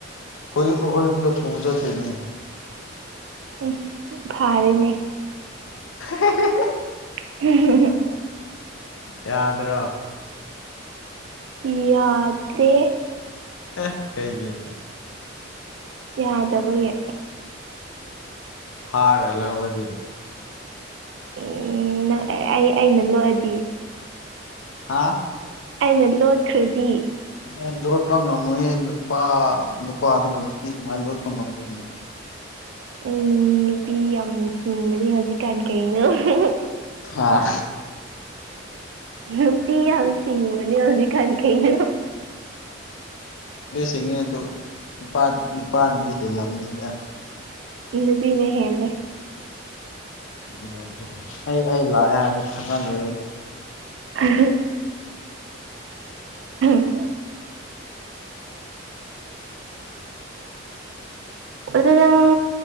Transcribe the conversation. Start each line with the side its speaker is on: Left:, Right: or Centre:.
Left: ꯍꯣꯏ ꯑꯩꯈꯣꯏꯗ ꯄꯨ ꯇ ꯇꯅꯤ
Right: ꯎꯝ ꯐꯔꯅꯦ
Left: <unintelligible>
Right: <unintelligible>
Left: ꯌꯥꯗ꯭ꯔꯣ
Right: ꯀꯌꯥꯗꯦ
Left: ꯑꯦ ꯀꯩꯒꯤ
Right: ꯌꯥꯗꯕꯒꯤ
Left: ꯐꯔ ꯂꯧꯔꯗꯤ
Right: ꯎꯝ ꯅꯪ ꯑꯩ ꯑꯩꯅ ꯂꯣꯛꯑꯗꯤ
Left: ꯍꯥꯥ
Right: ꯑꯩꯅ ꯂꯣꯠꯈ꯭ꯔꯗꯤ
Left: ꯑꯦ ꯂꯣꯠꯄ ꯉꯝꯃꯣꯏ ꯅꯨꯄꯥ ꯅꯨꯄꯥ ꯑꯗꯨꯕꯨ ꯅꯨꯄꯤ ꯀꯃꯥꯏꯅ ꯂꯣꯠꯄ ꯉꯝꯗꯣꯏꯅꯣ
Right: ꯎꯝ ꯅꯨꯄꯤ ꯌꯥꯝ ꯁꯤꯡꯕꯅꯤ ꯍꯧꯖꯤꯛꯀꯥꯟ ꯀꯩꯅꯣ ꯍꯥ ꯍꯥ
Left: ꯑꯥ
Right: ꯅꯨꯄꯤ ꯌꯥꯝ ꯁꯤꯡꯕꯅꯦ ꯍꯧꯖꯤꯛ ꯀꯥꯟ ꯈꯩꯅꯣ
Left: ꯇꯤꯡꯉꯦ ꯑꯗꯨ ꯅꯨꯄꯥ ꯅꯨꯄꯥꯅꯗꯤ ꯍꯦꯜꯂꯝꯅꯤꯗ
Right: ꯄꯤꯅꯨꯄꯤꯅꯦ ꯍꯦꯂꯦ
Left: ꯅꯨꯉꯧꯖꯦ ꯑꯩ ꯑꯩ ꯂꯥꯛꯑꯦ ꯍꯥꯏꯕ ꯈꯪꯍꯜꯂꯦ
Right: ꯎꯝ <unintelligible> ꯑꯗꯨ ꯅꯪ